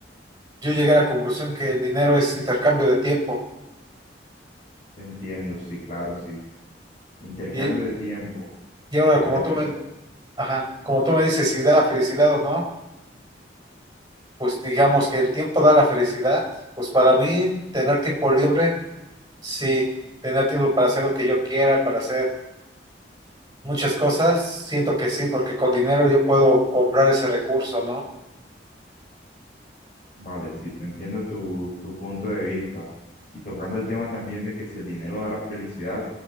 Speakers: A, on the right (about 20°); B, on the left (about 40°).
A: Yo llegué a la conclusión que el dinero es intercambio de tiempo.
B: te entiendo, sí, claro, sí. Intercambio
A: Y,
B: de tiempo,
A: y ahora,
B: vale,
A: como
B: pero
A: tú me, ajá, como tú me dices si da la felicidad o no, pues digamos que el tiempo da la felicidad. Pues para mí, tener tiempo libre Sí, tener tiempo para hacer lo que yo quiera, para hacer muchas cosas, siento que sí, porque con dinero yo puedo comprar ese recurso, ¿no?
B: Vale, sí, te entiendo tu, tu punto de vista. Y tocando el tema también de que si el dinero da la felicidad,